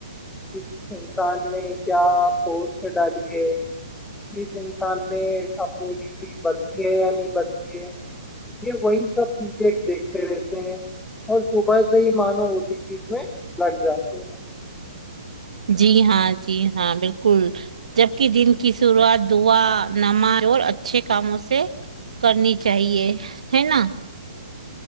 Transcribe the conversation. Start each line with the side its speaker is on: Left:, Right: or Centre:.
Centre: کس انسان نے کیا پوسٹ ڈالی ہے کس انسان نے اپنی ڈی پی بدلی ہے یا نہیں بدلی ہے یہ وہی سب چیزیں دیک ہتے ہیں اور صبح سے ہی مانو اسی چیز میں لگ جاتے ہیں
Right: جی ہاں جی ہاں بالکل جبک دن کی شروعات دعا نماز اور اچھے کاموں سے کرنی چاہیے ہے نا